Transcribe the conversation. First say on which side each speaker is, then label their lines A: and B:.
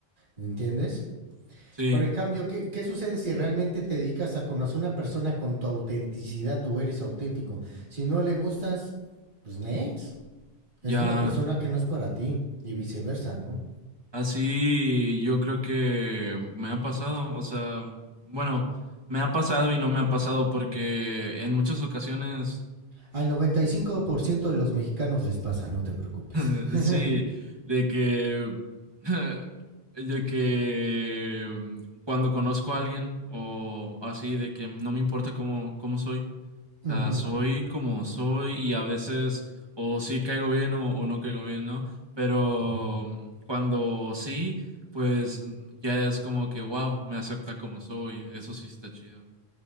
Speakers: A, on the right; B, on the right.
A: ¿Entiendes?
B: Sí,
A: Pero en cambio, ¿qué, ¿qué, sucede si realmente te dedicas a conocer a una persona con tu autenticidad o eres auténtico? Si no le gustas, pues next. Es
B: ya.
A: una persona que no es para ti y viceversa, ¿no?
B: Así yo creo que me ha pasado, o sea, bueno, me ha pasado y no me ha pasado porque en muchas ocasiones
A: Al 95% de los mexicanos les pasa, no te preocupes.
B: <laughs>
A: <laughs>
B: Sí, de que, <laughs> de que mm, cuando conozco a alguien o así, de que no me importa cómo, cómo soy.
A: Uh
B: O sea,
A: -huh,
B: soy como soy y a veces o sí caigo bien o, o no caigo bien, ¿no? Pero
A: uh -huh.
B: mm, cuando sí, pues mm, ya es como que, wow, me acepta como soy. Eso sí está chido.